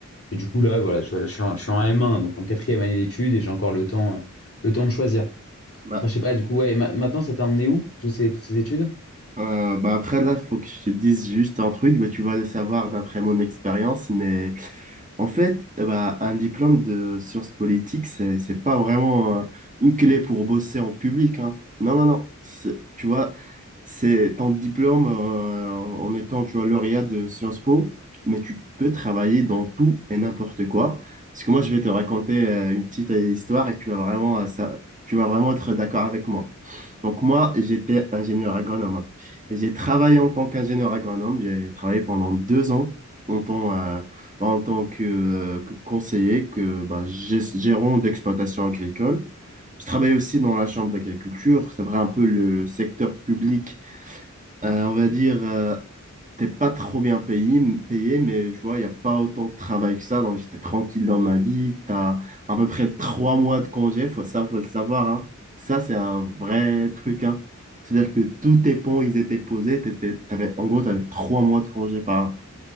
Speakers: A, on the left; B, on the right.
A: Et du coup, là, voilà, je, voilà, je suis, en, je suis en M1, donc en quatrième année d'études, et j'ai encore le temps, euh, le temps de choisir.
B: Bah,
A: Enfin, je sais pas, du coup, ouais, et ma- maintenant, ça t'a emmené où, tous ces, toutes ces études?
B: Euh, bah après, là, il faut que je te dise juste un truc. Bah, tu vas le savoir d'après mon expérience, mais en fait, euh, bah, un diplôme de sciences politiques, c'est, c'est pas vraiment euh, une clé pour bosser en public, hein. Non, non, non. C'est- Tu vois, c'est ton diplôme euh, en étant, tu vois, lauréat de Sciences Po, mais tu peux travailler dans tout et n'importe quoi. Parce que moi, je vais te raconter euh, une petite euh, histoire et tu vas vraiment, euh, ça, tu vas vraiment être d'accord avec moi. Donc moi, j'étais ingénieur agronome. J'ai travaillé en tant qu'ingénieur agronome. J'ai travaillé pendant deux ans en tant, euh, en tant que, euh, que conseiller, que bah, gest- gérant d'exploitation agricole. Je travaillais aussi dans la chambre d'agriculture. C'est vrai un peu le secteur public, euh, on va dire, euh, t'es pas trop bien payé, m- payé mais je vois, il n'y a pas autant de travail que ça. Donc, j'étais tranquille dans ma vie. Tu as à peu près trois mois de congé, faut ça, faut le savoir. hein. Ça, c'est un vrai truc. hein. C'est-à-dire que tous tes ponts, ils étaient posés. t'étais- t'avais, en gros, tu avais trois mois de congé par an.